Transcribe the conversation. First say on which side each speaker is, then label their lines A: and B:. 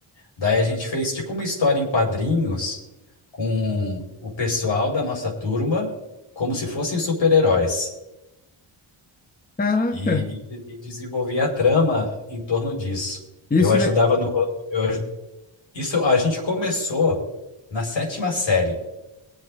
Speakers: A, on the left; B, on the left.
A: Daí a gente fez tipo uma história em quadrinhos com o pessoal da nossa turma, como se fossem super-heróis,
B: Caraca,
A: e, e, e desenvolvia a trama em torno disso.
B: isso,
A: Eu ajudava
B: né?
A: no. ro- Eu, aj- isso a gente começou na sétima série.